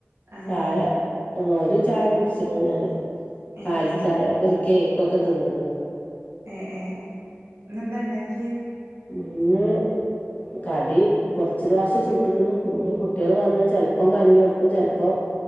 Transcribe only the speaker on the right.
ആണ്ല്ലേ
ഏ
ഏ
ഏഹ് ഏഹ് ഇന്നെന്താ ണ്ടാക്ക്യേ